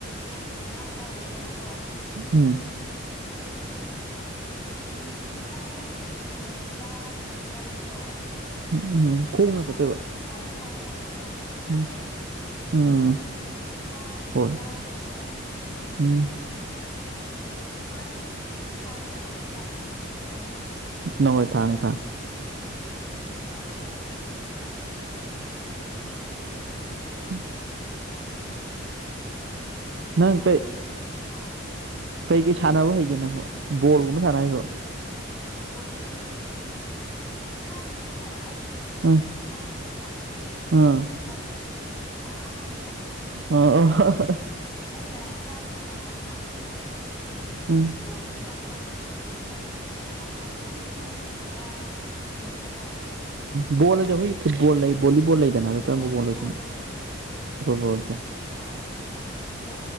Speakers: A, on the left; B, on the right.
A: ꯌꯥꯝꯅ ꯂꯥꯞꯄ ꯑꯣꯏꯗꯦꯕꯀꯣ
B: ꯎꯝ
A: ꯌꯨꯝꯕꯁꯦ ꯃꯤꯅꯤꯠ ꯅꯨꯄꯥ ꯑꯩꯈꯣꯏꯅ ꯆꯠꯂꯗꯤ ꯃꯤꯅꯤꯠ ꯇꯔꯥ ꯍꯦꯟꯅꯗꯤ ꯂꯧꯔꯣꯏꯀꯣ
B: ꯎꯝ ꯎꯝ ꯈꯣꯡꯅ
A: ꯅꯨꯄꯥꯗꯤ
B: ꯆꯠꯇꯣꯏꯕ
A: ꯆꯠꯄ ꯍꯣꯏ ꯍꯣꯏ ꯈꯣꯡꯅ ꯆꯠꯇꯣꯏꯅꯤ ꯅꯛꯑꯦ
B: ꯎꯝ ꯎꯝ
A: ꯅꯨꯄꯥꯗꯤ
B: ꯍꯣꯏ
A: ꯃꯤꯅꯤꯠ ꯇꯔꯥ ꯆꯠꯂꯣꯏ ꯑꯗꯨ ꯅꯨꯄꯤꯅ
B: ꯎꯝ
A: ꯆꯠꯂꯗꯤ ꯃꯤꯅꯤꯠ ꯀꯨꯟ ꯆꯠꯀꯅꯤ ꯍꯥꯏꯗꯤ ꯅꯨꯄꯥꯗꯤ ꯊꯥꯡꯕ ꯈꯣꯠꯄꯁꯦ ꯌꯥꯝ ꯊꯨꯅ ꯊꯥꯡꯉꯦꯅ
B: ꯅꯍꯣꯏ ꯊꯥꯡꯉꯦ ꯊꯥꯡꯉꯦ
A: ꯍꯣꯏ ꯑꯩꯈꯣꯏꯒꯗꯤ ꯃꯥꯟꯅꯗꯦꯕꯀꯣ ꯑꯗꯨ ꯅꯣꯏꯅꯗꯤ ꯑꯗꯨꯝ ꯀꯩꯅꯣ ꯇꯧꯒꯅꯤ
B: ꯎꯝ
A: ꯅꯣꯡꯃꯜ ꯂꯒꯑꯣ
B: ꯅꯪ
A: ꯅꯣꯏꯁꯨ ꯍꯥ
B: ꯀꯩ ꯀꯩ ꯁꯥꯟꯅꯕ ꯍꯩꯒꯦ ꯅꯪꯕꯣ ꯕꯣꯜꯒꯨꯝꯕ ꯁꯥꯟꯅ ꯍꯩꯕꯣ
A: ꯑꯁ ꯕꯣꯜꯗꯤ ꯊꯥꯏꯅꯗꯤꯀꯣ ꯑꯩ ꯁꯤꯦ ꯁꯥꯟꯅꯕꯗꯤ
B: ꯑꯥ
A: ꯄꯥꯛ ꯍꯩꯇꯦꯕ
B: ꯑꯥ
A: ꯑꯗꯨꯕꯨ ꯌꯦꯡꯕꯗꯤ ꯌꯥꯝ ꯍꯩꯌꯦ
B: ꯑꯥ ꯑꯥ ꯑꯣ
A: ꯑꯩꯅ ꯈ꯭ꯋꯥꯏꯗꯒꯤ ꯄꯥꯝꯕ ꯌꯦꯡ ꯁꯦ
B: ꯎꯝ
A: ꯣꯜꯅꯦꯕ ꯑꯇꯣꯞꯄꯗꯤ ꯍꯣꯏ ꯑꯇꯣꯞꯄꯁꯨ ꯑꯗꯨꯝ ꯃꯤꯅ ꯁꯥꯟꯅꯕ ꯌꯦꯡꯅꯦꯕꯀꯣ
B: ꯎꯝꯣꯜꯗꯦ ꯍꯣꯏ ꯐꯨꯠꯕꯣꯜ ꯂꯩ ꯣꯂꯤꯕꯣꯜ ꯂꯩꯗꯅ ꯑꯗꯨ ꯀꯣ
A: ꯍꯣꯏ ꯐꯨꯠꯕꯣꯜꯗꯣ
B: ꯂꯩꯗ
A: ꯐꯨꯠꯕꯣꯜꯗꯣ
B: ꯐꯣꯜꯁ
A: ꯑꯥ ꯑꯗꯨ ꯌꯥꯝꯅ